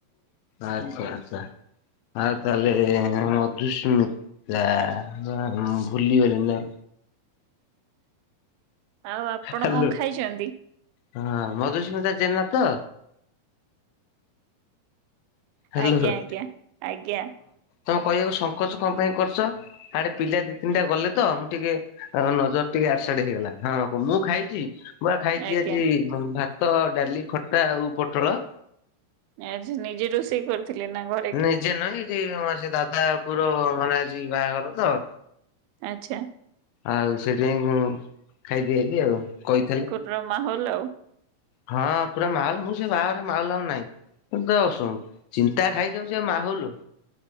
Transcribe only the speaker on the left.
ଆଚ୍ଛା ଆଚ୍ଛା। ଆଉ ତାହେଲେ ମଧୁସ୍ମିତା ମୁଁ ଭୁଲିଗଲିଣି ନାଁ।
ହ୍ୟାଲୋ।
ହଁ ମଧୁସ୍ମିତା ଜେନା ତ? ହାଲୋ
ହଁ
ତମେ କହିବାକୁ ସଂଙ୍କୋଚ କଣ ପାଇଁ କରୁଛ? ଆଡେ ପିଲା ଦି ତିନିଟା ଗଲେ ତ ମୁଁ ଟିକେ ନଜର ଟିକେ ଆଡେ ସାଡେ ହେଇଗଲା ହଁ ମୁଁ ଖାଇଛି। ମୁଁ ବା ଖାଇଛି
ଆଜି ଭାତ ଡାଲି ଖଟା ଆଉ ପୋଟଳ।
ନିଜେ ନାହିଁ ଏଠି ମୋର ସେ ଦାଦା ପୁଅ ର ମାନେ ଆଜି ବାହାଘର ତ
ଆଉ ସେଠି ମୁଁ ଖାଇକି ଆଇଲି ଆଉ କହିଥେଲେ।
ହଁ ପୁରା ମାଲ ମୁଁ ସେ ବାହାଘରେ ମାଲ ଆଉ ନାହିଁ। ମୋର ତ ସୁ ଚିନ୍ତା ଖାଇଯାଉଚି ଆଉ ମାହୋଲୁ।